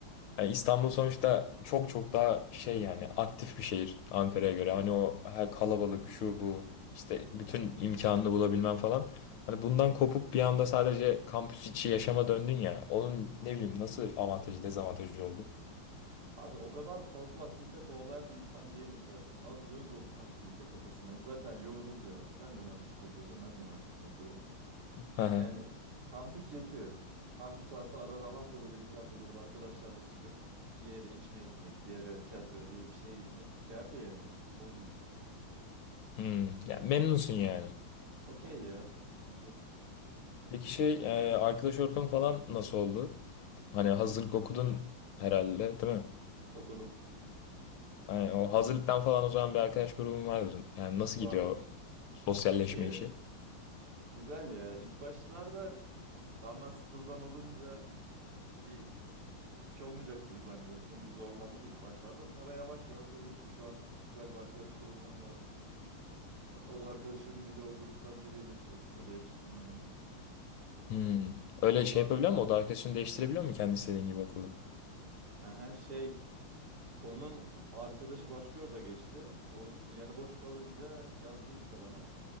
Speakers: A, on the left; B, on the right.
A: Yani İstanbul sonuçta çok çok daha şey yani aktif bir şehir Ankara'ya göre. Hani o her kalabalık şu bu işte bütün imkanını bulabilmem falan. Hani bundan kopup bir anda sadece kampüs içi yaşama döndün ya. Onun ne bileyim nasıl avantajı dezavantajı oldu?
B: Abi o kadar fazla aktivite kovalayan bir insan değilim zaten. Az ve öz olsun aktivite kafasındayım. Zaten yoğunuz ya. Sen de mühendislik okuyorsun, ben de mühendislik okuyorum.
A: Hı hı.
B: Yani kampüs yetiyor. Kampüs artı arada haftada bir iki haftada bir arkadaşlarla çıkıp bir yere içmeye gitmek, bir yere tiyatroya bir, bir şeye gitmek kafi yani. Bozmuyor.
A: Hmm. Ya memnunsun yani.
B: Okey ya. Sıkıntı yok.
A: Peki şey e, arkadaş ortamı falan nasıl oldu? Hani hazırlık okudun
B: Heh,
A: herhalde, değil mi?
B: okudum.
A: Yani o hazırlıktan falan o zaman bir arkadaş grubun vardır. Yani nasıl
B: Var
A: gidiyor
B: var.
A: o sosyalleşme
B: İyi ya.
A: işi?
B: Güzel ya. İlk başlarda tamamen sıfırdan olunca iyi, hiç olmayacak gibi zannettim. Bir zorlandım ilk başlarda. Sonra yavaş yavaş oluştu. Şu an güzel bir arkadaş grubum var. Hatta o da arkadaşım bile o gruptan biriyle şey odaya çıktım yani.
A: Hmm. Öyle
B: Şu
A: şey
B: an
A: yapabiliyor
B: güzel.
A: mu? O da arkadaşını değiştirebiliyor mu kendi istediğin gibi okulda?
B: Aha, şey onun arkadaşı başka yurda geçti. Onun yanı boş kalınca yazdı işte bana.